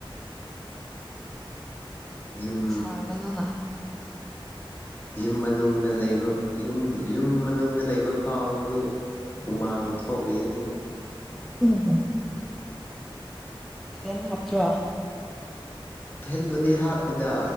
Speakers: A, on the left; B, in the centre.
A: ꯌꯨꯝ
B: ꯁꯥꯒꯅꯣꯅ ꯍꯥꯏꯌꯣ ꯑꯗꯨꯗꯤ
A: ꯌꯨꯝ ꯃꯅꯨꯡꯅ ꯂꯩꯕ <inaudible> ꯌꯨꯝ ꯌꯨꯝ ꯃꯅꯨꯡꯗ ꯂꯩꯕ ꯐꯥꯎꯗꯨ ꯎꯃꯥꯡ ꯊꯣꯛꯂꯤ ꯑꯗꯨꯕꯨ
B: ꯍꯝ <unintelligible> <inaudible> ꯌꯦꯟ ꯍꯥꯞꯇ꯭ꯔꯣ
A: ꯐꯦꯟꯗꯨꯗꯤ ꯍꯥꯞꯄꯦꯗ